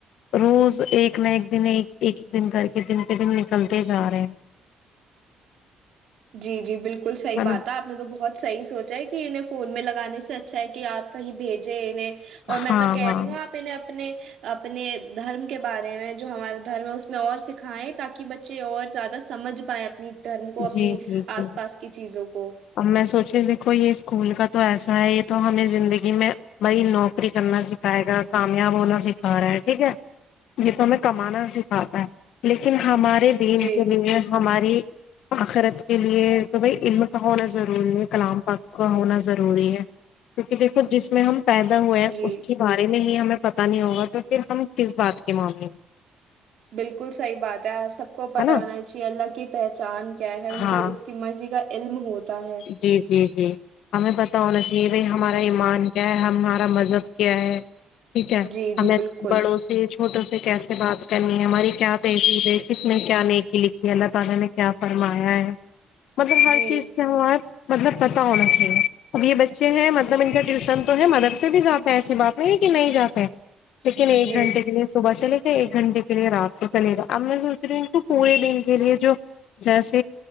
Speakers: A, on the left (about 80°); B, on the right (about 60°).
A: روز ایک نہ ایک دن ایک ایک ایک دن کر کے دن پہ دن نکلتے جا رہے ہیں
B: جی جی بالکل ل صحی
A: ہے نا
B: بات ہےپ نے تو بہت صح سوچا ہے کہ انہیں فون میں لگانے سے اچھا ہے کہ آپ کہیں بھیجے انہیں اور میں
A: ہاں
B: تو کہہ
A: ہاں
B: رہی ہوں آپنے اپنے اپنے دھرم کے بارے میں جو ہمارا دھرم ہے اس میں اور سکھائےیں تاکہ بچے اور زیادہ سمجھ پائیں اپنی دھرم کو اپنی
A: جی جی اب
B: آس پاس کی چیزوں کو
A: میں سوچی دیکھو یہ اسکول کا تو ایسا ہے یہ تو ہمیں زندگی میں بائی نوکری کرنا سکھائے گا کامیاب ہونا سکھا رہا ہے ٹھیک ہے یہ تو ہمیں کمانا سکھاتا ہے لیکن ہمارے ے دن
B: جی
A: کے لیے ہماری آخرت کے لیے تو بھائی علم کا ہونا ضروری ہے کلام کا کا ہونا ضروری ہے کیونکہ دیکھو جس میں ہم پیدا ہوئے ہے
B: جی
A: اس کے بارے میں ہی ہمیں پت نہیں ہوگا تو پھر ہم کس بات کے معاملے
B: بالکل صحیح بات ہے آپ سب کو پتتا
A: ہے نا
B: ہونا چاہے اللہ کی پہ چاند کیا ہے ان
A: ہاں
B: کی اس کی مرضی کا علم ہوتا ہے
A: جی جی جی ہمیں پتا ہونا چاہ یہ بھائی ہمارا ایمان کیا ہے ہمارا مذہب کیا ہے ٹھیک ہے
B: جی جی
A: ہمیں
B: بالکل
A: بڑوسی <unintelligible> مطلب ہر
B: جی
A: چیز مطلب پتا ہونا چاہیے اب یہ بچے ہیں مطلب ان کا ٹیوشن تو ہے مدر سے بھی جاتا ہے ایسی بات میں یہ کہ نہیں جاتے ہے لیکن ایک
B: جی
A: گھنٹے کے لیے صبح چلے ایک گھنٹے کے لیے رات کو چلے گا اب میں سوچ رہی ہوں ان کو پورے دن کے لیے جو جیس